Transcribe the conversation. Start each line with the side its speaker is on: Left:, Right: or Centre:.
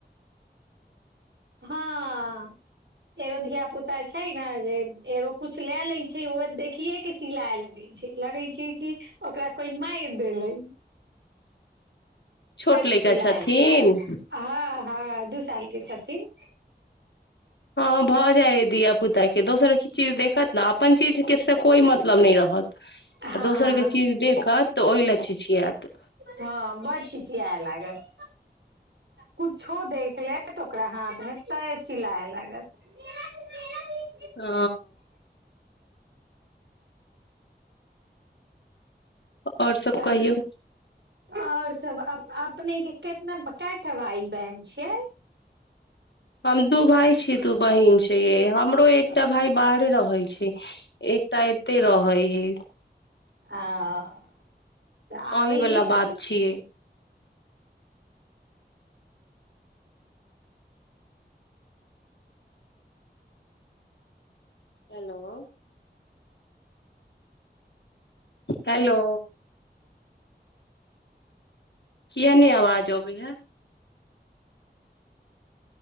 Right: हँ एगो धियापुता छै ने जे एगो किछु लए लैत छै ओ देखियएके चिलला लगै छै लगै छै कि ओकरा कोइ मारि देलै
Left: छोट
Right: तट
Left: लड़का
Right: चिलाय
Left: छथिन
Right: लगै हँ हँ दू साल के छथिन
Left: हँ भऽ जाय धिय पुता के दोसर चीज देखत ने अपन चीज के से कोइ मतलब नहि रहत
Right: हँ
Left: आ दोसर के चीज देखत तऽ ओहि ल चिचियत
Right: हँ बड चिचियाए लागत कुछो देख लेत ओकरा हाथ में तय चिलाए लागल <unintelligible>
Left: ओ और सब
Right: तऽ
Left: कहियौ
Right: आओर सब अपने के कितना क टा भाई बहन छियै
Left: हम दू भाय छीियै दू बहिन छै हमरो एकटा भाय बाहरे रहै छै एकटा एते रहै हे
Right: आ तऽ आबे
Left: अही वला
Right: हे
Left: बात
Right: कि
Left: छियै हेलो हेलो कियै नै आवाज आबै ह